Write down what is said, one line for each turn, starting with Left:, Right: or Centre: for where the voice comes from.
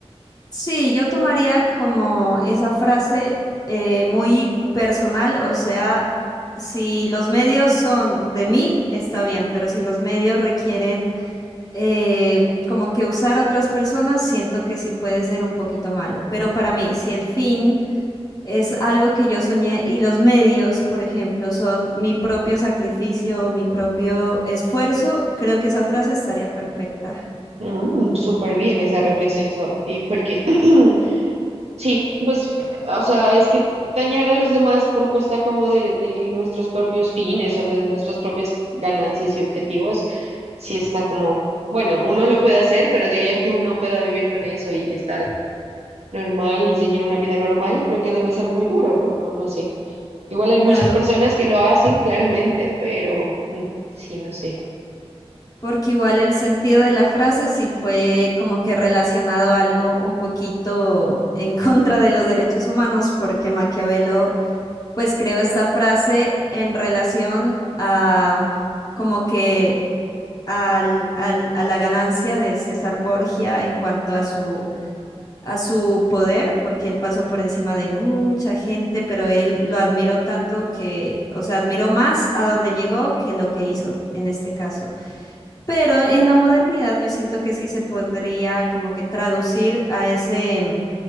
Left: Sí, yo tomaría como esa frase eh, muy personal, o sea, si los medios son de mí, está bien, pero si los medios requieren eh, como que usar otras personas, siento que sí puede ser un poquito malo. Pero para mí, si el fin es algo que yo soñé y los medios, por ejemplo, son mi propio sacrificio, mi propio esfuerzo, creo que esa frase estaría perfecta.
Right: Mm, súper bien esa reflexión, Sofi, porque <clears throat> Sí, pues, o sea, es que dañar a los demás por costa como de, de nuestros propios fines o de nuestras propias ganancias y objetivos, sí está como, bueno, uno lo puede hacer, pero de ahí a que uno pueda vivir con eso y estar normal y seguir una vida normal, creo que debe ser muy duro, ¿no? O no sé. Igual hay muchas
Left: Claro.
Right: personas que lo hacen, claramente, pero mm, sí, no sé.
Left: Porque igual el sentido de la frase sí fue como que relacionado a algo un poquito <laughs> en contra de los derechos humanos, porque Maquiavelo pues creó esta frase en relación a como que al, al- a la ganancia de César Borgia en cuanto a su, a su poder, porque él pasó por encima de mucha gente, pero él lo admiró tanto que, o sea, admiró más a donde llegó que lo que hizo en este caso. Pero en la modernidad yo siento que sí se podría como que traducir a ese, mm,